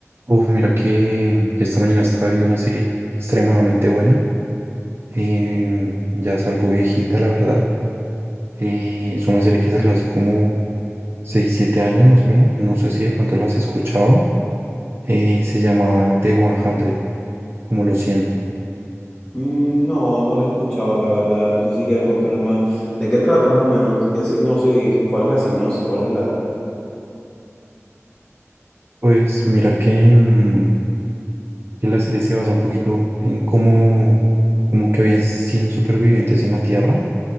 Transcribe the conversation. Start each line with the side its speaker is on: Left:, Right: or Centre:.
Right: Uf, mira que que esta mañana estaba viendo una serie extremadamente buena. em, ya es algo viejita, la verdad. eh, es una serie que salió hace como 6, 7 años más o menos. No sé si de pronto la has escuchado. eh, se llama The 100, como los cien.
Left: Mm, No, no la escuchaba, la verdad. No sé si quieres contarme más. ¿De qué trata más o menos? ¿Qué signosis? ¿Cuál es la signosis? ¿Cuál es la...?
Right: Pues mira que, mm, que la serie se basa un poquito en cómo, como que habían 100 supervivientes en la Tierra,